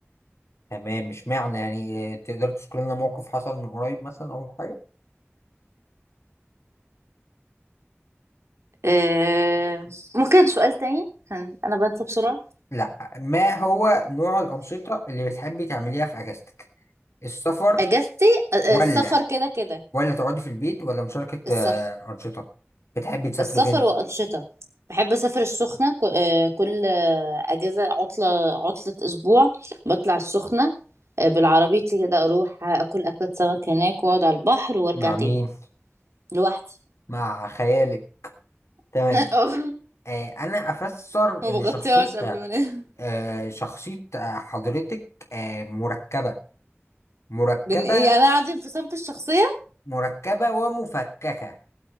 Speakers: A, on the left; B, on the right.
A: تمام مش معنى يعني آه، تقدر تذكر لنا موقف حصل من قريب مثلا أو حاجة؟
B: أه ممكن سؤال تاني عشان انا بنسى بسرعة
A: لا ما هو نوع الأنشطة اللي بتحبي تعمليها في أجازتك؟ السفر
B: اجازتي أه آه،
A: ولا
B: السفر كده كده
A: ولا تقعدي في البيت ولا مشاركة
B: السفر
A: آه، أنشطة بتحبي تسافري
B: السفر
A: فين
B: وانشطه بحب اسافر السخنه ك- آه، كل آه، اجازه عطله عطله اسبوع بطلع السخنه آه، بالعربيتي كده اروح اكل اكله سمك هناك واقعد على البحر وارجع
A: مع
B: تاني
A: مين
B: لوحدي
A: مع خيالك تمام
B: <laughs> اه
A: آه أنا أفسر
B: ما
A: إن
B: بغطيهاش
A: شخصية
B: قبل ما انام
A: آه شخصية آه، حضرتك آه مركبة مركبة
B: بن ايه يعني انا قاعدة انفصام في صنف الشخصية
A: مركبة ومفككة